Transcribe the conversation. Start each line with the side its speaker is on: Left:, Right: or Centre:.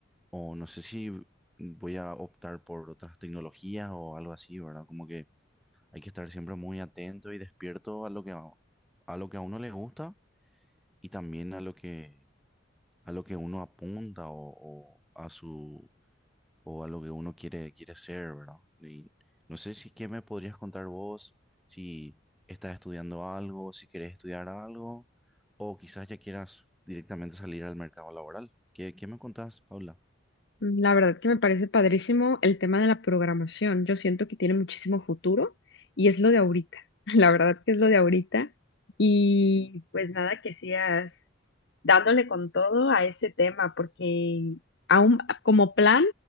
Centre: o no sé si voy a optar por otras tecnologías o algo así, ¿verdad? Como que hay que estar siempre muy atento y despierto a lo que a, a lo que a uno le gusta y también a lo que a lo que uno apunta o, o a su o a lo que uno quiere, quiere ser, ¿verdad? Y no sé si qué me podrías contar vos, si estás estudiando algo, si querés estudiar algo, o quizás ya quieras directamente salir al mercado laboral. ¿Qué, qué me contás, Paula?
Left: Mm, La verdad que me parece padrísimo el tema de la programación. Yo siento que tiene muchísimo futuro y es lo de ahorita. <laughs> La verdad que es lo de ahorita. Y pues nada, que sigas dándole con todo a ese tema, porque aún como plan